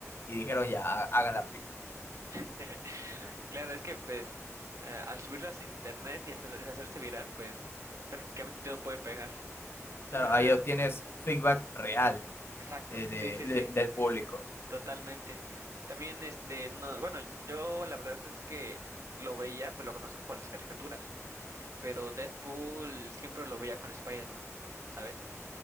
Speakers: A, on the left (about 45°); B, on the right (about 70°).
A: y dijeron, ya, hagan la película.
B: <laughs> Claro, es que pues eh, al subirlas a internet y hacer- hacerse viral, pues prácticamente todo puede pegar. O
A: Claro,
B: sea,
A: ahí obtienes feedback real
B: exacto,
A: eh, de-
B: sí, sí,
A: de-
B: sí,
A: del público.
B: totalmente. También este, no, bueno, yo la verdad es que lo veía, pues lo conozco por las caricaturas, pero Deadpool siempre lo veía con Spider-Man, ¿sabes?